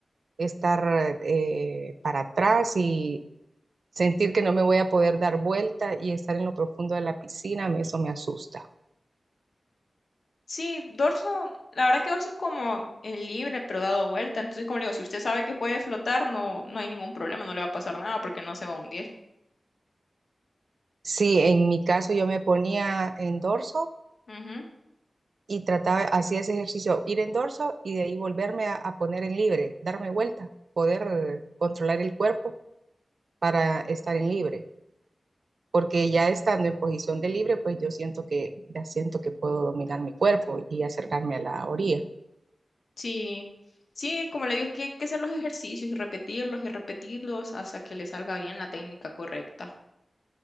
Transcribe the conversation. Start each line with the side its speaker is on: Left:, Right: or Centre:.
Right: estar eh, para atrás y sentir que no me voy a poder dar vuelta y estar en lo profundo de la piscina, me- eso me asusta.
Left: Sí, dorso, la verdad que dorso es como el libre, pero dado vuelta. Entonces, como le digo, si usted sabe que puede flotar, no, no hay ningún problema, no le va a pasar nada porque no se va a hundir.
Right: Sí, en mi caso yo me ponía en dorso
Left: Ujú,
Right: y trataba, hacía ese ejercicio, ir en dorso y de ahí volverme a, a poner en libre, darme vuelta, poder controlar el cuerpo para estar en libre, porque ya estando en posición de libre, pues yo siento que ya siento que puedo dominar mi cuerpo y acercarme a la orilla.
Left: Sí, sí, como le digo, es que hay que hacer los ejercicios y repetirlos y repetirlos hasta que le salga bien la técnica correcta.